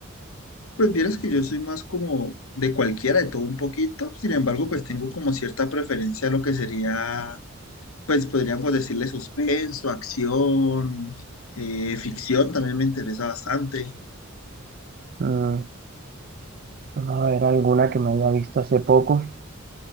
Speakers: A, on the left; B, on the right.
A: Pues vieras que yo soy más como de cualquiera, de todo un poquito, sin embargo pues tengo como cierta preferencia a lo que sería, pues podríamos decirle suspenso, acción, eh, ficción, también me interesa bastante.
B: Mm, vamos a ver alguna que me haya visto hace poco.